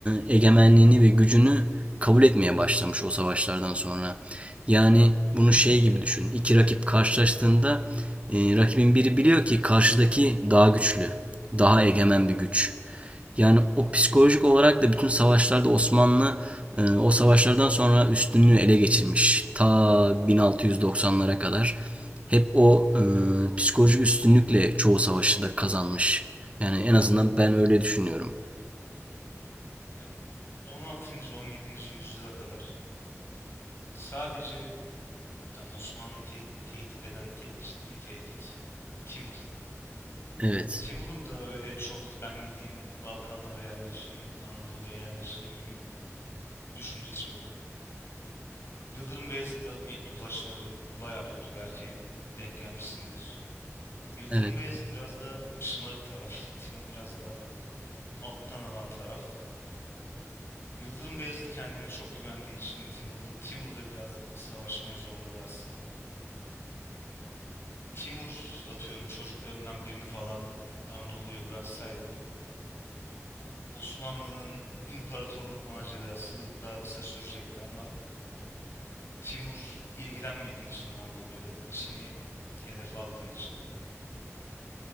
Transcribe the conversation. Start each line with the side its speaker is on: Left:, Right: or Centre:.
Right: eee, egemenliğini ve gücünü kabul etmeye başlamış o savaşlardan sonra. Yani bunu şey gibi düşün. İki rakip karşılaştığında e, rakibin biri biliyor ki karşıdaki daha güçlü, daha egemen bir güç. Yani o psikolojik olarak da bütün savaşlarda Osmanlı e, o savaşlardan sonra üstünlüğü ele geçirmiş. Ta 1690'lara kadar hep o e, psikolojik üstünlükle çoğu savaşı da kazanmış. Yani en azından ben öyle düşünüyorum.
Left: Ya 16. 17. yüzyıla kadar sadece tam Osmanlı'yı te- tehdit eden tek ciddi tehdit Timur.
Right: Evet,
Left: Timur'un da öyle çok ben gideyim Balkanlara yerleşeyim, Anadolu'ya yerleşeyim gibi bir düşüncesi yok. Yıldırım Beyazıt'la mektuplaşmaları baya kötü belki denk gelmişsindir. Yıldırım
Right: evet,
Left: Beyazıt biraz daha şımarık taraf, Timur biraz daha alttan alan taraf. Yıldırım Beyazıt kendine çok güvendiği için Timur da, Timur da biraz savaşmaya zorladı aslında. Timur atıyorum çocuklarından birini falan Anadolu'ya bıraksaydı Osmanlı'nın imparatorluk macerası daha kısa sürecekti ama Timur ilgilenmediği için Anadolu'yu da Çin'i hedef aldığı için